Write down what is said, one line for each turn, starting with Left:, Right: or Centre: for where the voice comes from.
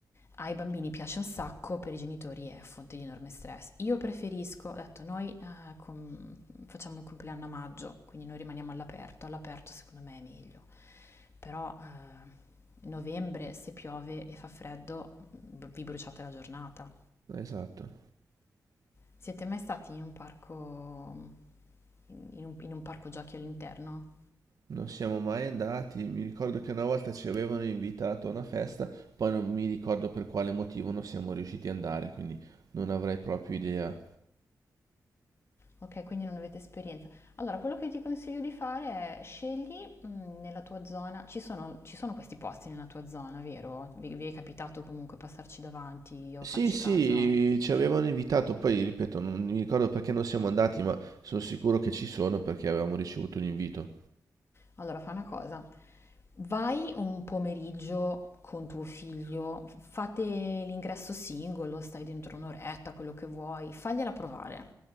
Left: ai bambini piace un sacco, per i genitori è fonte di enorme stress. Io preferisco, ho detto, noi eh, com- facciamo il compleanno a maggio, quindi noi rimaniamo all'aperto. All'aperto secondo me è meglio. Però eh, novembre, se piove e fa freddo, br- vi bruciate la giornata.
Right: Esatto.
Left: Siete mai stati in un parco, in un, in un parco giochi all'interno?
Right: Non siamo mai andati, mi ricordo che una volta ci avevano invitato a una festa, poi non mi ricordo per quale motivo non siamo riusciti ad andare, quindi non avrei proprio idea
Left: Ok, quindi non avete esperienza. Allora, quello che ti consiglio di fare è scegli mm, nella tua zona, ci sono, ci sono questi posti nella tua zona, vero? Vi, vi è capitato comunque passarci davanti o
Right: Sì,
Left: farci
Right: sì,
Left: caso?
Right: ci avevano invitato, poi ripeto, non mi ricordo perché non siamo andati, ma sono sicuro che ci sono perché avevamo ricevuto l'invito.
Left: Allora, fa una cosa. Vai un pomeriggio con tuo figlio, fate l'ingresso singolo, stai dentro un'oretta, quello che vuoi, fagliela provare.